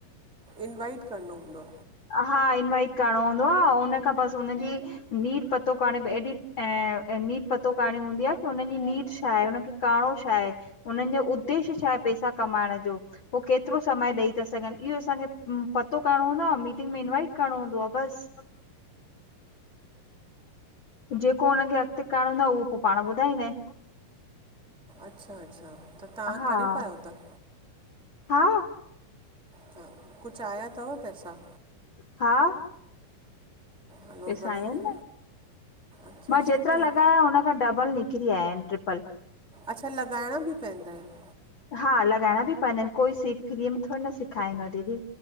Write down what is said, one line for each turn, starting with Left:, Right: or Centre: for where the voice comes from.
Centre: इनवाइट करणो हूंदो
Left: हा इनवाइट करणो हूंदो आ हुन खां बस हुनजी नीड पतो करणी <unintelligible> हिय पतो करणी हूदी आहे नीड छाए उनखे करणो छाए उनन जो उद्देश्य छाए पैसा कमाएण जो उअ केतरो समय डेयी ता सगेंन इयो असांजे करणो हूंदो आ, मीटिंग में इनवाइट करिणो हूंदो आ, बस जेको हुनखे अॻिते करणो हूंदो आहे उहो पोइ पाण ॿुधाईंदा आहिनि।
Centre: अच्छा- अच्छा त तव्हां
Left: हा,
Centre: करे पायो था?
Left: हा
Centre: त कुझु आया अथव पैसा?
Left: हा
Centre: हलो
Left: पेसा
Centre: बढ़िया
Left: आया आएन न
Centre: अच्छा
Left: मां जेतिरा
Centre: सुठो
Left: लॻाया हुन खां डबल निकत निकिरी आया आहेन ट्रिपल
Centre: अच्छा लॻाइणा बि पवंदा आहिनि।
Left: हा लॻाइणा बि पवंदा आहिनि। कोई सीख फिरीअ में थोरी न सेखारींदो दीदी।